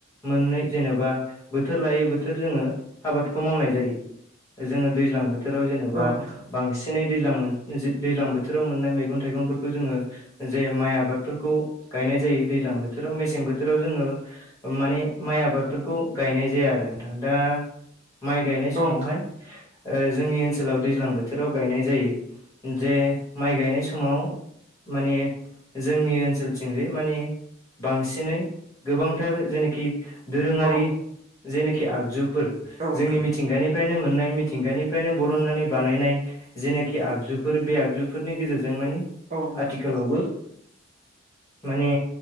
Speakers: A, on the left; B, on the right.
A: मोननै जेनेबा बोथोर लायै बोथोर जोङो आबादखौ मावनाय जायो। जोङो दैज्लां बोथोराव जेनेबा
B: औ नोंथां
A: बांसि नै दैज्लां मोन दैज्लां बोथोराव मोननाय मैगं थाइगंफोरखौ जोङो जे माइ आबादफोरखौ गायनाय जायो दैज्लां बोथोराव मेसें बोथोराव जोङो माने माइ आबादफोरखौ गायनाय जाया आरो नोंथां दा माइ गायनाय समावहाय
B: औ नोंथां
A: ओ जोंनि ओनसोलाव दैज्लां बोथोराव गायनाय जायो, जे माइ गायनाय समाव माने जोंनि ओनसोलथिंजे माने बांसिनै गोबांथार जेनेखि दोरोङारि
B: औ
A: जेनेखि आगजुफोर
B: औ नोंथां
A: जोंनि मिथिंगानि फ्रायनो मोननाय मिथिंगानिफ्रायनो बरननानै बानायनाय जेनेखि आगजुफोर बे आगजुफोरनि गेजेरजों मानि
B: औ नोंथां औ नोंथां
A: आथिखालावबो <inaudible> माने